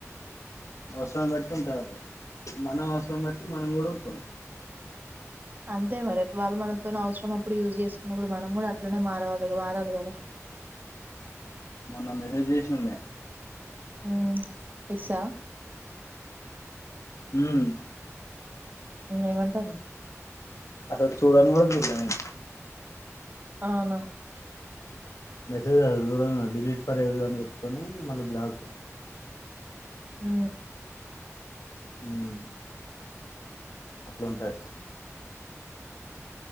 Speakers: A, on the left (about 70°); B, on the right (about 35°).
A: అవసరం పెట్టింట మనం అవసరం పెట్టి మనం కూడా ఉంటాం
B: అంతే మరి వాళ్ళు మనతోనీ అవసరం అప్పుడు యూజ్ చేసుకున్నప్పుడు మనం కూడా అట్లనే మారవాలి మారాలి కదా
A: మొన్న మెసేజ్ చేసినాే
B: ఉమ్ ఎక్సా
A: హ్మ్మ్
B: ఏమిటంది
A: అసలు చూడన్ కూడా చూడాలా నేన్
B: అవునా
A: మెసేజ్ కాదు దుర డిలీట్ ఫర్ ఎవ్రీ వన్ కొట్టుకొని మల్ల బ్లాక్
B: హ
A: హ్మ్మ్ అట్లు ఉంటాయి